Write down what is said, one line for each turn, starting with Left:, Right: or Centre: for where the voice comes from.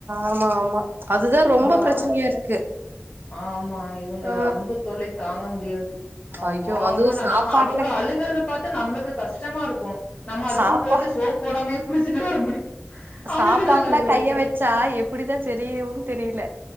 Right: ஆமா ஆமா அதுதா ரொம்ப
Left: பால்
Right: பிரச்சனையா இருக்கு
Left: ஆமா இவங்க
Right: ஆ
Left: அன்பு தொல்லை தாங்க முடியாது ஆமா.
Right: ஐயோ
Left: ஆமா
Right: அதுவு சாப்பாட்ல
Left: நம்ம அவங்க அழுகறதப்பா. பாத்து நம்மளுக்கு கஷ்டமா இருக்கும். நம்ம அதுக்குனு
Right: சாப்பா
Left: போட்டு சோப் போடாமயே. குளிச்சிட்டு வர முடியு
Right: சாப்பாட்டுலா
Left: அழுகுறாங்கன்னு சொல்லிட்டு
Right: கைய வச்சா எப்படிதா தெரியும் னு தெரியல